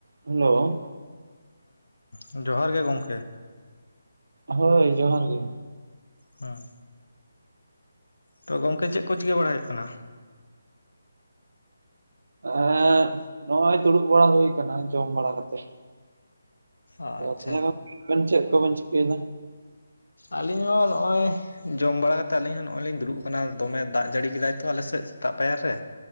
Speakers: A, on the right; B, on the left.
A: Hello
B: ᱦᱮᱸ ᱡᱚᱦᱟᱨ ᱜᱮ ᱜᱚᱝᱠᱮ
A: ᱦᱳᱭ ᱡᱚᱦᱟᱨ ᱜᱮ
B: ᱦᱮᱸ ᱛᱚ ᱜᱚᱝᱠᱮ ᱪᱮᱫ ᱠᱚ ᱪᱤᱠᱟᱹ ᱵᱟᱲᱟ ᱦᱳᱭᱳᱜ ᱠᱟᱱᱟ
A: ᱮᱸ ᱱᱚᱜᱼᱚᱭ ᱫᱩᱲᱩᱵ ᱵᱟᱲᱟ ᱦᱩᱭ ᱠᱟᱱᱟ ᱡᱚᱢ ᱵᱟᱲᱟ ᱠᱟᱛᱮᱜ
B: ᱟᱪᱪᱷᱟ
A: ᱛᱤᱱᱟᱹᱜ ᱜᱟᱱ ᱪᱮᱫ ᱠᱚᱵᱮᱱ ᱪᱤᱠᱟᱹᱭᱫᱟ
B: ᱟᱹᱞᱤᱧ ᱦᱚᱸ ᱱᱚᱜᱼᱚᱭ ᱡᱚᱢ ᱵᱟᱲᱟ ᱠᱟᱛᱮᱫ ᱟᱞᱤᱧ ᱦᱚᱸ ᱱᱚᱜᱼᱚᱭ ᱞᱤᱧ ᱫᱩᱲᱩᱵ ᱠᱟᱱᱟ ᱫᱚᱢᱮ ᱫᱟᱜ ᱡᱟᱹᱲᱤ ᱠᱮᱫᱟᱭ ᱛᱚ ᱟᱞᱮ ᱥᱮᱫ ᱥᱮᱛᱟᱜ ᱯᱟᱭᱟᱨ ᱨᱮ